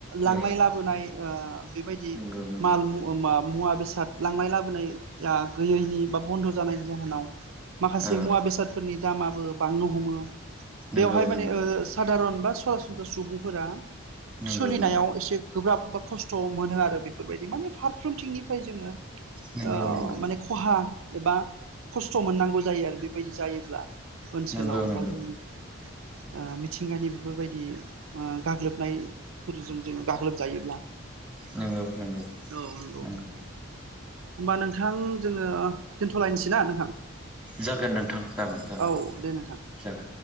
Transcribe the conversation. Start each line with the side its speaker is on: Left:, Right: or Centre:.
Right: लांनाय
Centre: औ
Right: लाबोनाय ओ बेबायदि
Centre: नंगौ नंगौ
Right: मालु मुवा बेसाद लांनाय लाबोनाय ओ गैयैनि बा बन्द' जानायनि जाहोनाव माखासे
Centre: औ
Right: मुवा बेसादफोरनि दामाबो बांनो हमो।
Centre: नंगौ
Right: बेवहाय माने
Centre: नंगौ
Right: ओ सादारन बा सरासनस्रा सुबुंफोरा
Centre: नंगौ
Right: सोलिनायाव एसे गोब्राब बा खस्थ' मोनो आरो बेफोरबायदि माने फारफ्रोमथिंनिफ्राय जोङो
Centre: नंगौ
Right: ओ
Centre: नंगौ
Right: माने खहा एबा खस्थ' मोननांगौ जायो आरो बेबायदि जायोब्ला। ओनसोलाव
Centre: नंगौ नंगौ
Right: बा जोंनि ओ मिथिंगानि बेफोरबायदि ओ गाग्लोबनायफोरजों जोङो गाग्लोबजायोब्ला।
Centre: नंगौ नंगौ नंगौ
Right: औ नोंगौ।
Centre: नंगौ
Right: होनबा नोंथां जोङो दोनथ'लायनोसै ना नोंथां?
Centre: जागोन नोंथां जागोन जागोन
Right: औ दे नोंथां।
Centre: जागोन